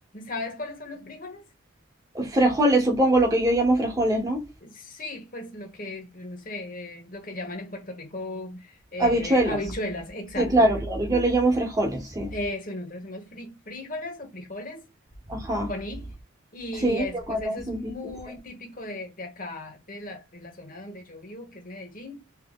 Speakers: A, on the left; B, on the right.
A: ¿Sabes cuáles son los frijoles?
B: Frejoles, supongo lo que yo llamo frejoles, ¿no?
A: Sí, pues lo que, no sé, eh, lo que llaman en Puerto Rico eh,
B: Habichuelas.
A: habichuelas, exacto.
B: Sí, claro, claro. Yo le llamo frejoles, sí.
A: Eso, nosotros decimos fri- frijoles o frijoles
B: Ajá.
A: con i. Y
B: Sí,
A: es,
B: yo
A: pues
B: con
A: eso
B: las
A: es
B: lentejas,
A: muy
B: sí.
A: típico de, de acá, de la, de la zona donde yo vivo, que es Medellín.